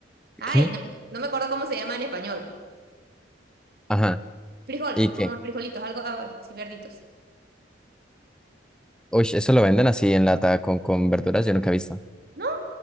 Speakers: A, on the right; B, in the centre.
A: ay,
B: ¿Qué?
A: no, no me acuerdo cómo se llama en español.
B: Ajá.
A: Frijol,
B: ¿Y qué?
A: como frijolitos, algo ah, así verditos.
B: Uy, eso lo venden así en lata con, con verduras, yo nunca he visto.
A: ¿No?